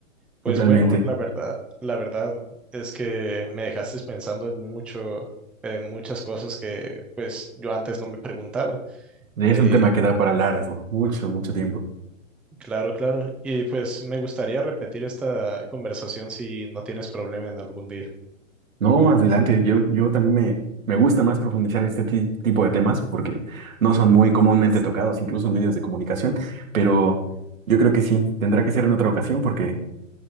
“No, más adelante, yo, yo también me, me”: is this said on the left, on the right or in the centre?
Right